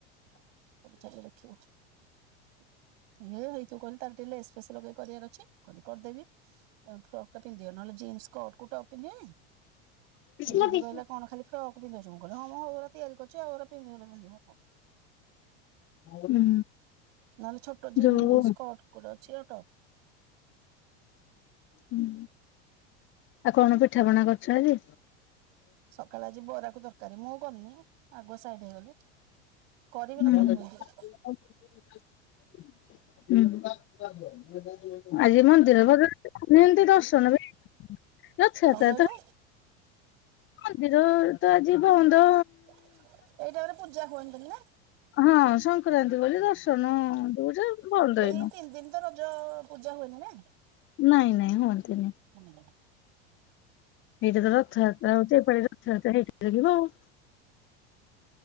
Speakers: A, on the right; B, on the left.
A: ଫଟ ଛାଡିଲେ ଦେଖିବୁ। <unintelligible> ଲେସ୍ ଲଗେଇ କରିବାର ଅଛି କଲି କରିଦେବି ଆ ଫ୍ରକ୍ ଟା ପିନ୍ଧିବ ନହେଲେ ଜିନ୍ସ କଟ୍ କୁ ଟପ୍ ପିନ୍ଧିବେନି ମୋ
B: ହେଇଥିବ।
A: ଦିଦି କହିଲା କଣ ଖାଲି ଫ୍ରକ ପିନ୍ଧଉଛି ମୁଁ କହିଲି ହଁ ମୁଁ ଏଇଭଳିଆ ତିଆରି କରୁଚି ଆଉ ଏରା ପିିନ୍ଧିବ ନ ପିନ୍ଧିବ।
B: ହୁଁ।
A: ନହେଲେ ଛୋଟ ଜିନ୍ସ
B: ଯୋଉ
A: କଟ ଗୋଟେ ଅଛି ଆଉ ଟପ୍
B: ହୁଁ ଆଉ କଣ ପିଠାପଣା କରୁଚ ଆଜି।
A: ସକାଳେ ଆଜି ବରାକୁ ଦରକାରୀ ମୁଁ କରିନେଇ। ଆଗୁଆ ସାଇଡ ହେଇଗଲେ କରିବି
B: ହୁଁ
A: ନଥାନ୍ତି
B: ହୁଁ।
A: ମୁଁ <unintelligible>
B: <inaudible> ଆଜି ମନ୍ଦିର <inaudible> ଇମିତି ଦର୍ଶନ <unintelligible> ଆଛା
A: କଣ
B: ଆଛା
A: କହିଲୁ
B: ଆଛା। ମନ୍ଦିର ତ ଆଜି ବଅନ୍ଦ
A: ଏଇ ଟାଇମ୍ ରେ ପୂଜା ହୁଅନ୍ତିନି ନା
B: ହଁ ସଂକ୍ରାନ୍ତି ବୋଲି ଦର୍ଶନ ଦୁଉଜ ବନ୍ଦ
A: ଏଇ
B: ହେଇନ
A: ତିନି ଦିନ ତ ରଜ ପୂଜା ହୁଏନି ନା।
B: ନାଇଁ ନାଇଁ ହୁଅନ୍ତିନି।
A: ହୁଁ।
B: ଏଇଟା ତ ରଥଯାତ୍ରା ହଉଚି ଏଇପାଳି ରଥଯାତ୍ରା ହେ ଏଠେ ଦେଖିବ ଆଉ।